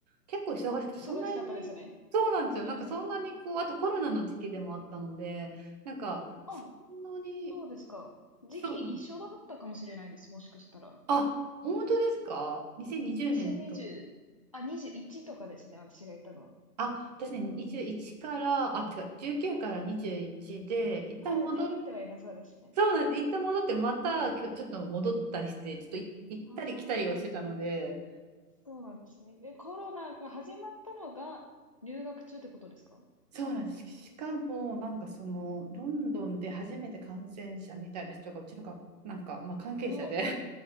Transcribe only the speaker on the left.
忙しかったですね。うん。あ、そうですか。時期一緒だったかもしれないです、
もしかしたら。
2020、あ、21とかですね、私がいたのは。
あ、かぶってはいなそうですね。
ああ、そうなんですね。で、コロナが始まったのが留学中ってことですか
うわ、